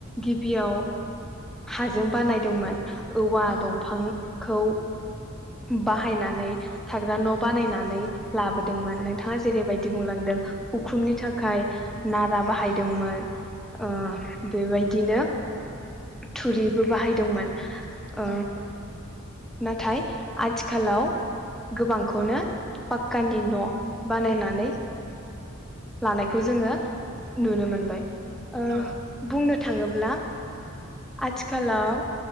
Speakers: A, in the centre; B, on the right.
A: गिबियाव हाजों बानायदोंमोन। औवा
B: औ
A: दंफांखौ बाहायनानै थाग्रा न'
B: औ
A: बानायना लाबोदोंमोन नोंथाङा जेरैबायदि बुंलांदों उखुमनि थाखाय। नारा बाहायदोंमोन
B: औ
A: ओ बेबायदिनो थुरिबो बाहायदोंमोन। ओ
B: औ
A: नाथाय आथिखालाव गोबांखौनो पाक्कानि न' बानायनानै लानायखौ जोङो नुनो मोनबाय ओ
B: औ
A: बुंनो थाङोब्ला आथिखालाव